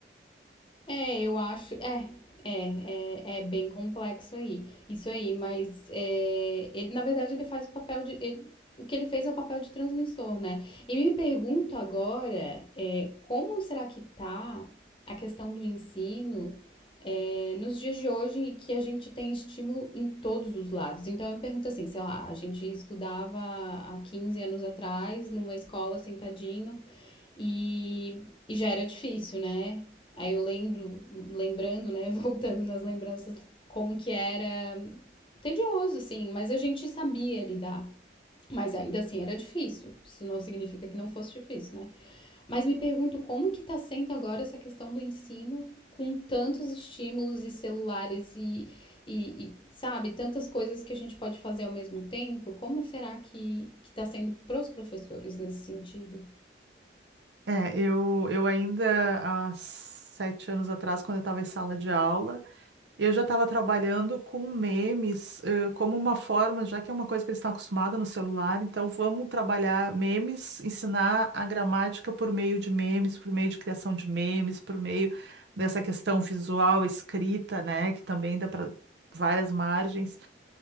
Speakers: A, on the left; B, on the right.
A: É, eu acho. É, é, é, é bem complexo aí. Isso aí, mas é, ele, na verdade, ele faz o papel de. ele- o que ele fez é o papel de transmissor, né? E me pergunto agora, é, como será que tá a questão do ensino, é, nos dias de hoje que a gente tem estímulo em todos os lados? Então eu me pergunto assim, sei lá, a gente estudava há 15 anos atrás numa escola sentadinho. E, e já era difícil, né? Aí eu lembro, lembrando, né? <laughs> Voltando nas lembranças, como que era tedioso, assim, mas a gente sabia lidar. Mas ainda assim era difícil. Isso não significa que não fosse difícil, né? Mas me pergunto como que tá sendo agora essa questão do ensino com tantos estímulos e celulares e, e, e, sabe, tantas coisas que a gente pode fazer ao mesmo tempo. Como será que, que tá sendo pros professores nesse sentido?
B: É, eu, eu ainda, há sete anos atrás, quando eu estava em sala de aula, Eu já estava trabalhando com memes, eh, como uma forma, já que é uma coisa que eles estão acostumados no celular, então vamos trabalhar memes, ensinar a gramática por meio de memes, por meio de criação de memes, por meio dessa questão visual, escrita, né, que também dá para várias margens,